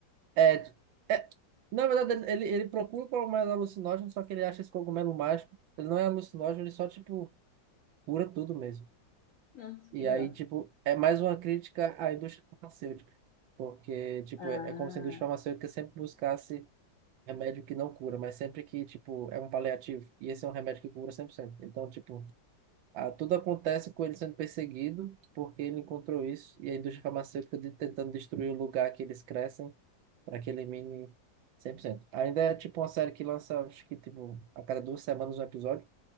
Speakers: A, on the right; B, on the left.
A: É, é, na verdade, ele, ele ele procura o cogumelo alucinógeno, só que ele acha esse cogumelo mágico. Ele não é alucinógeno, ele só, tipo, cura tudo mesmo.
B: Nossa,
A: E
B: que legal.
A: aí, tipo, é mais uma crítica à indústria farmacêutica. Porque, tipo,
B: Ah,
A: é, é como se a indústria farmacêutica sempre buscasse remédio que não cura, mas sempre que, tipo, é um paliativo. E esse é um remédio que cura 100%. Então, tipo, ah, tudo acontece com ele sendo perseguido porque ele encontrou isso e a indústria farmacêutica de, tentando destruir o lugar que eles crescem para que elimine 100%. Ainda é, tipo, uma série que lança, acho que, tipo, a cada duas semanas um episódio.